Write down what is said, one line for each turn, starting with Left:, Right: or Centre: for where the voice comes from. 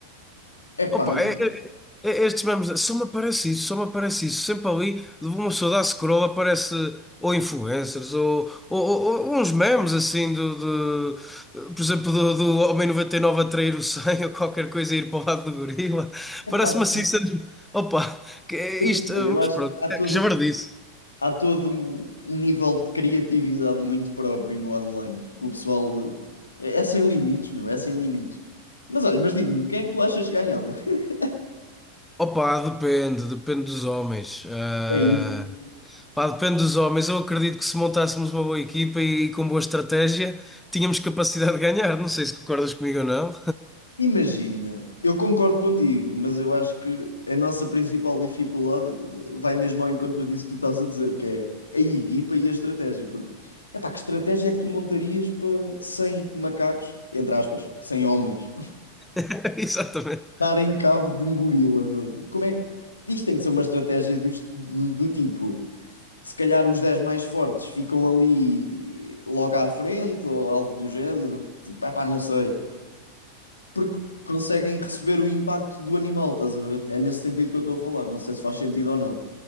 Left: Epá,
Centre: Opa, é- é- é- estes memes, só me aparece isso, só me aparece isso. Sempre ali, uma pessoa dá scroll, aparece ou influencers, ou, ou- ou- ou uns memes assim, do, do- por exemplo, do, do Homem 99 a trair o 100 <laughs> ou qualquer coisa e ir para o lado do gorila.
Left: epá,
Centre: Parece-me assim,
Left: sim,
Centre: sempre- opa, que é
Left: eu
Centre: isto,
Left: não sei. Eu
Centre: mas
Left: acho
Centre: pronto,
Left: que há todo
Centre: é que já disse.
Left: há todo um, um nível de criatividade muito próprio no online, que o pessoal eh, é, é sem limites, meu, é sem limites. Mas olha, mas diz-me, quem é que tu achas que ganhava? <laughs>
Centre: Opa, depende, depende dos homens. Ah,
Left: É isso.
Centre: Pá, depende dos homens. Eu acredito que se montássemos uma boa equipa e com boa estratégia, tínhamos capacidade de ganhar. Não sei se concordas comigo ou não.
Left: Imagina, eu concordo contigo, mas eu acho que a nossa principal dificuldade vai mesmo ao encontro disso que tu estás a dizer, que é a equipa e a estratégia, porque epá, que estratégia é que tu montarias para 100 macacos, entre aspas, 100 homens?
Centre: <laughs> Exatamente.
Left: dar em cabo de um gorila, meu. Tipo, Como é que. Isto tem que ser uma estratégia do, do, do tipo. Se calhar os 10 mais fortes ficam ali logo à frente ou algo do género. Tipo, ah pá, não sei. Porque conseguem receber o impacto do animal, estás a ver? É nesse sentido que eu estou a falar. Não sei se faz sentido ou não.